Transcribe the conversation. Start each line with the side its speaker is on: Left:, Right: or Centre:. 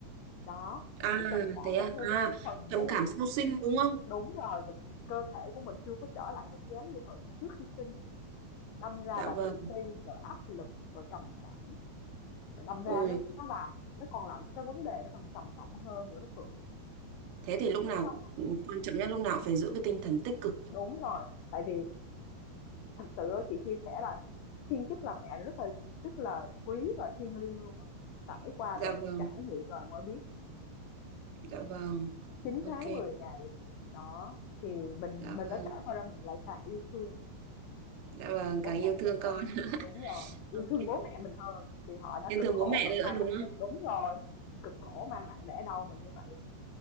Left: Đó,
Right: À
Left: bị trầm cảm
Right: thế
Left: là
Right: à,
Left: thêm một
Right: à
Left: cái phần
Right: trầm
Left: nữa là
Right: cảm sau sinh đúng không?
Left: Đúng rồi, và cơ thể của mình chưa có trở lại vóc dáng như thời trước khi sinh, đâm ra
Right: Dạ
Left: là
Right: vâng.
Left: tự ti, rồi áp lực, rồi trầm cảm, và đâm ra
Right: Ôi
Left: nó nó làm nó còn làm cho cái vấn đề nó còn trầm trọng hơn nữa đó Phượng,
Right: thế thì lúc nào
Left: đúng không
Right: cũng- quan trọng nhất lúc nào cũng phải giữ cái tinh thần tích cực.
Left: Đúng rồi, tại vì thực sự chị chia sẻ là thiên chức làm mẹ rất là rất là quý và thiêng liêng luôn á, trải qua
Right: Dạ
Left: rồi,
Right: vâng.
Left: trải nghiệm rồi mới biết,
Right: Dạ vâng.
Left: chín
Right: Ok.
Left: tháng mười ngày, đó, thì mình
Right: Dạ
Left: mình
Right: vâng.
Left: đã trải qua rồi mình lại càng yêu thương.
Right: Dạ vâng,
Left: Bố
Right: càng
Left: mẹ
Right: yêu thương
Left: mình
Right: con.
Left: hơn,
Right: <laughs>
Left: đúng rồi, yêu
Right: Ok.
Left: thương bố mẹ mình hơn thì họ đã
Right: Yêu
Left: cực
Right: thương
Left: khổ
Right: bố mẹ
Left: và
Right: nữa
Left: mang
Right: đúng
Left: nặng
Right: không?
Left: đúng rồi, cực khổ mang nặng đẻ đau mình như vậy đó.